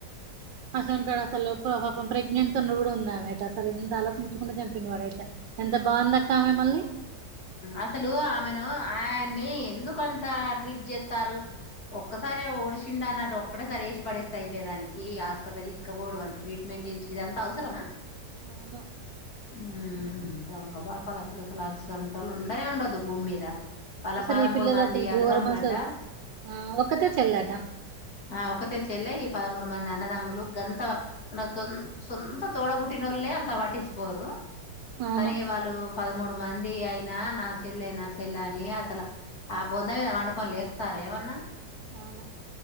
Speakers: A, on the right (about 85°); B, on the left (about 55°).
A: అసలు ఉంటాడు అసలు పాపం ప్రెగ్నెంట్ త ఉన్న కూడా ఉందామె అయితే అసలు ఎంత ఆలోచించకుండా చంపిన వాడు అయితే ఎంత బాగుంది అక్కామె మళ్ళీ
B: అసలు ఆమెను ఆయన్ని ఎందుకుంత ట్రీట్ చేస్తారు ఒక్కసారి ఓడి సిండి అన్నట్టు ఒక్కేసారి వేసి పడేస్త అయిపోయేదానికి హాస్పిటల్ తీసుకపోడ మనకి ట్రీట్మెంట్ చేయి ఇదంతా అవసరమా
A: అవును
B: ఉమ్ దొంగ బడ్కవ్ ఇలాంటి సంటలు ఉండనే ఉండదు భూమి మీద వాళ్ళ
A: అసలు
B: పదమూడు
A: ఈ పిల్లది
B: మంది
A: అసలు
B: అన్నదమ్ములట
A: ఘోరం అసలు ఆ ఒక్కతే చెల్లట
B: ఆ ఒకట చెల్లే ఈ పదమ పదమూడు మంది అన్నదమ్ములు గంత తొంత సొంత తోడ పుట్టినళ్ళలే అంత పట్టించుకోరు
A: అవును
B: కానీ వాళ్ళు పద పద్మమూడు మంది అయినా నా చెల్లె నా చెల్లె అని అసలు ఆ బొంద మీద వండుకొని లేస్తారు ఏమన్నా
A: అవును